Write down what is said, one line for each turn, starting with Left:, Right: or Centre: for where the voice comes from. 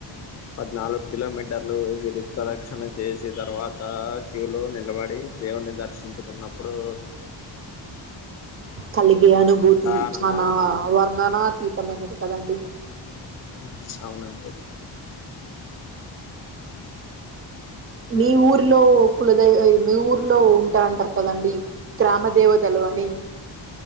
Left: పద్నాలుగు కిలోమీటర్లు గిరి ప్రదక్షణ చేసి తర్వాత క్యూలో నిలబడి దేవుని దర్శించుకున్నప్పుడూ
Right: కలిగి అనుభూతి
Left: ఆనందం
Right: చానా వర్ణనాత్ తీర్థమైనది కదండి
Left: మ్మ్ అవునండి
Right: మీ ఊర్లో కులధై ఐ మీ ఊర్లో ఉంటా అంటర్ కదండి గ్రామ దేవతలు అని